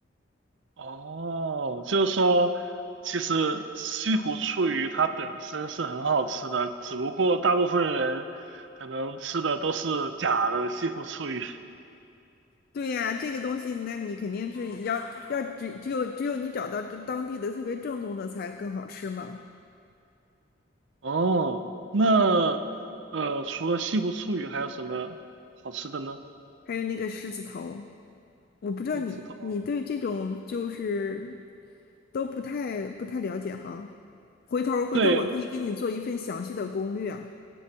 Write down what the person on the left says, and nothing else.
对呀，这个东西，那你肯定是要要只只有只有你找到这当地的特别正宗的才更好吃嘛。
还有那个狮子头。我不知道你你对这种就是
都不太不太了解哈。回头儿回头儿我可以给你做一份详细的攻略啊。